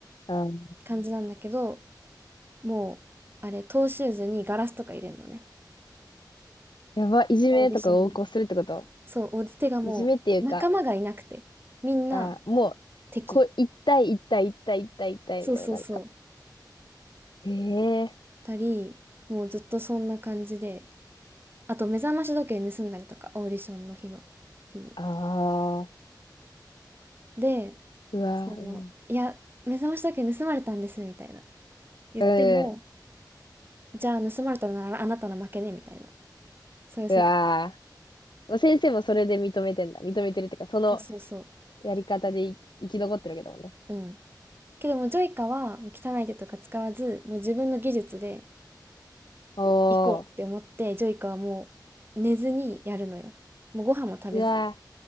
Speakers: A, on the left; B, on the right.
A: あー、
B: 感じなんだけど、もう、あれ、トーシューズにガラスとか入れるのね。
A: やば、いじめとかを横行するってこと
B: オーディションに。そう、オーディテがもう、
A: いじめっていうか、
B: 仲間がいなくて、みんな
A: あー、も
B: 敵。
A: う、こう、一対一対一対一対一対みたいな感じか。
B: そうそうそう。
A: へえ。
B: たり、もうずっとそんな感じで、あと目覚まし時計盗んだりとか、オーディションの日の日に。
A: ああ、
B: で、
A: うわーうん。
B: その、いや、目覚まし時計盗まれたんです、みたいな。言っても、
A: うん。
B: じゃあ盗まれたならあなたの負けね、みたいな。そういう世界。
A: うわー先生もそれで認めてんだ。認めてるっていうか、その
B: そうそうそ
A: やり方でい生き残ってるわけだもんね。
B: う。うん。けどもジョイカは汚い手とか使わず、もう自分の技術で
A: おー、
B: 行こうって思って、ジョイカはもう寝ずにやるのよ。もうご飯も食べずに。
A: うわ